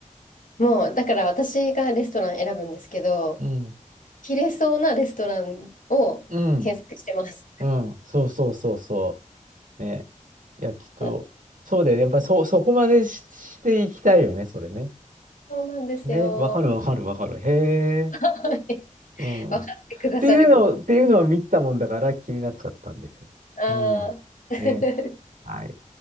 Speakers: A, on the left; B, on the right.
A: もう、だから私がレストラン選ぶんですけど、
B: うん
A: 着れそうなレストランを検索してます。
B: うんうん、そうそうそうそう。ね。いや、きっと、
A: <laughs>
B: そうだよね。やっぱりそ、そこまでし、していきたいよね、それね。
A: そうなんですよ。
B: ね、わかるわかるわかる。へえ。
A: はい
B: うん。
A: 分かってくださるか。
B: っていうのを、っていうのは見てたもんだから気になっちゃったんです。
A: ああ。
B: うん。
A: <laughs>
B: ね。はい。